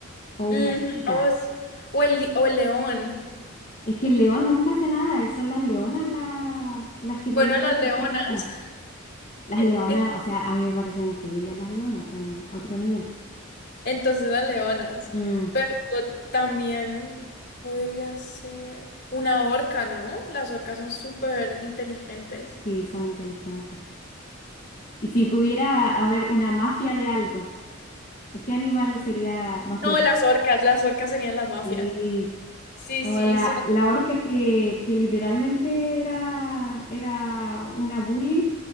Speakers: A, on the left (about 35°); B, on the left (about 50°).
A: o
B: Ujú,
A: una chita.
B: o, s- o el, li- o el león.
A: Es que el león nunca hace nada, eh, son las leonas la- las que pelean,
B: Bueno, las leonas.
A: las que cazan. Las
B: <laughs>
A: leonas,
B: En-
A: o sea, a mí me parecen increíbles las leonas, son otro nivel.
B: Entonces las leonas.
A: Mm,
B: Pero también podría ser una orca, ¿no? Las orcas son súper inteligentes.
A: sí, son inteligentes. Y si pudiera haber una mafia de algo, ¿qué animal sería mafioso?
B: No, las orcas, las orcas serían la mafia.
A: Sí,
B: Sí,
A: como
B: sí,
A: la,
B: son...
A: la orca que, que literalmente era, era una bully,